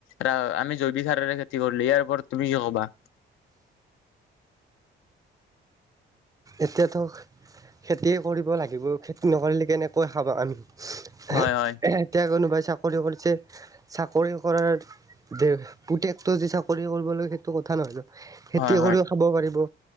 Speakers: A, on the left; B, on the right.
A: ৰা আমি জৈৱ সাৰেৰে খেতি কৰিল ইায়াৰ ওপৰত তুমি কি কবা?
B: এতিয়াতো খেতিয়ে কৰিব লাগিব, খেতি নকৰিলে কেনেকৈ খাব আমি। এতিয়া
A: হয় হয়
B: কোনোবাই চাকৰি কৰি কৰিছে। চাকৰি কৰাৰ দে পুতেকটো যে চাকৰি কৰিবলৈ সেইটো কথা নহয় ন। খেতি
A: হয়
B: কৰিও খাব পাৰিব।